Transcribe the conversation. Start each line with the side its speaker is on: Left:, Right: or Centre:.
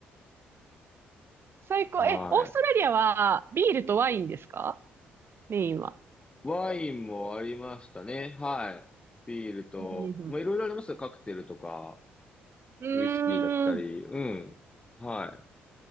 Right: <laughs> 最高。
Left: はい。
Right: え、オーストラリアはビールとワインですかメインは。
Left: ワインもありましたね。はい。ビールと、
Right: うんうん
Left: まあ、いろいろありますよ。カクテルとか、
Right: うんうーん。
Left: ウイスキーだったり、うん。は